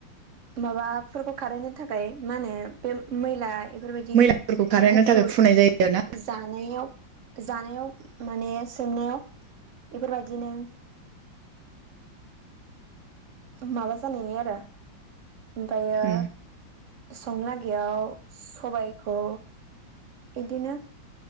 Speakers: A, on the right; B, on the right.
A: माबाफोरखौ खारहोनो थाखाय मा होनो बे मैला बेफोरबायदि
B: मैलाफोरखौ खारहोनो
A: गुफुर
B: थाखाय फुनाय
A: जाथ
B: जायो आरो ना
A: जानायाव जानायाव माने सोंनायाव बेफोरबायदिनो माबा जानायनि आरो ओमफायो
B: उम
A: संनो लखगैयाव सबायखौ इदिनो